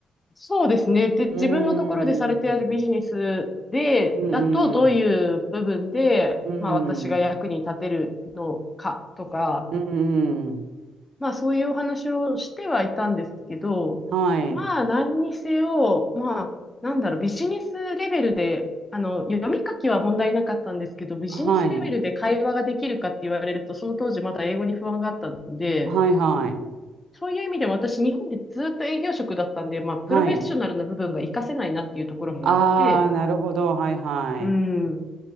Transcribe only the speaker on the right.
うーん。
うんうん。
うん。
うん
はい。
はい。
はいはい。
はい。ああ、なるほど。はいはい。